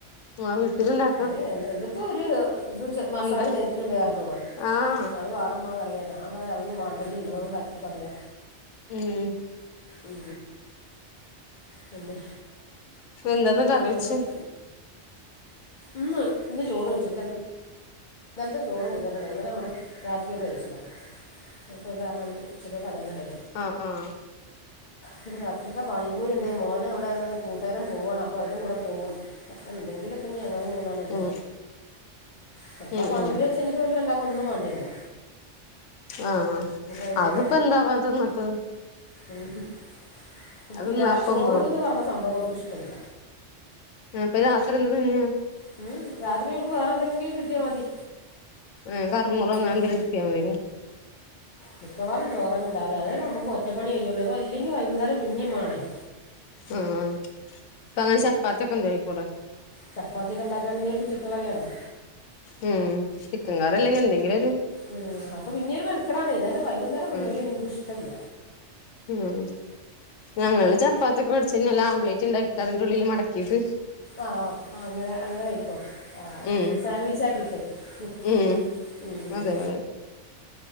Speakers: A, on the left (about 85°); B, on the left (about 45°).
A: ആഹ് വീട്ടിലുണ്ടാ
B: അത് എന്തിത്തൊഒരു ഇത് മസാല
A: എന്താ
B: ചെറക്കിണ്ട് പറഞ്ഞോള്
A: ആഹ്
B: അത് വാണമ്മാ ന്ന്റിയാം ഞാൻ പറയാ അതൊന്നും വാണ്ട ഇജ് ഉള്ളതുകൊണ്ടാക്കിക്കോ അറിയാ.
A: ഉം
B: ഉം പിന്നെ
A: എന്താന്ന് കറിവെച്ച്
B: വേറെന്ത് ഇന്ന് ഇന്ന് ചോറ് വെച്ചിട്ടില്ല. ഇന്നലത്തെ ചോറും മീനും തന്നെണ്ടായിരുന്നു. രാത്രി കഴിച്ചില്ല ഇപ്പ കാരണം വ ഉച്ചയ്ക്കക്കെ അതന്നെണ്ടായിരുന്നു.
A: ആഹ ആഹ
B: പിന്നെ രാത്രിത്തെ പാനിപൂരുണ്ട്. മോന അവിടെന്ന് കൂട്ടുകാരം പോവയാണ് അപ്പോൾ അതിന്റെ കൂടെ പോകും അപ്പോം എന്തെങ്കിലൊക്കെ ഇ ഞങ്ങൾ മൂന്നാളല്ലേ.
A: ഉം
B: ചിലപ്പോ
A: ഉം
B: ആ പാനിപൂരി
A: ഉം
B: കൈച്ചെങ്കി അവര് രണ്ടാക്കും ഒന്നും വേണ്ടിരില്ല.
A: ആഹ
B: അയിമ്മെ
A: അത്പ്പ എന്തവാനാ തിന്നിട്ട്.
B: ഒരിക്ക് ഒരിക്കിട
A: അത് തിന്നാ അപ്പൊ
B: ചോറ്ന്ന്
A: ഒന്നാവൂല
B: പറഞ്ഞ സംഭവം ഒരിക് ഇഷ്ടല്ല.
A: അപ്പൊ രാത്രി എന്ത് തിന്നെയാ.
B: ഉം രാത്രികൾക്ക് വേറെ എന്തെങ്കിലും കിട്ടിയാ മതി.
A: ഏഹ് കറുമുറോ അങ്ങനെ
B: മി ആ <unintelligible>
A: എന്തേലും കിട്ടിയാ മതില്ലേ
B: മിക്കവാറുംചോറുന്നെണ്ടാവല്. അതന്നെ നമുക്ക് ഒറ്റപ്പണി കയ്യോള്ളൂ. അഥവാ ല്ലങ്കിൽ വൈകുന്നേരം പിന്നിം വാണെയ്.
A: ആഹ് പ്പങ്ങനെ ചപ്പാത്യൊക്കെണ്ടാക്കി കൂടെ
B: ചപ്പാത്തി ഒക്കെണ്ടാക്കാണങ്കി അയിക്ക്ചിക്കൻ കറിയാണ്ടേ.
A: ഉം ചിക്കൻകറില്ലെങ്കി എന്തെങ്കിലൊ രു
B: ഉം അപ്പൊ പിന്ന്യുരു മെനക്കടാണേ ഇതന്നെ, വൈകുന്നേരം
A: ഉം
B: ജോലിചെയ്യണ ഇന്ക് ഷ്ടല്ല.
A: ഉം ഞങ്ങള് ചപ്പാത്തി ഒക്കെ വേടിച്ചഴിഞ്ഞാൽ ആംബ്ലേറ്റ് ണ്ടാക്കിട്ട് അതിന്റെ ഉള്ളില് മടക്കിട്ട്
B: ആഹ് അങ്ങനെ അങ്ങനെ കഴിക്കു ആഹ്
A: ഉം
B: സാൻവിച്ചാക്കിട്ട്. കു
A: ഉം
B: ഉം ഉം
A: അതേപോലെ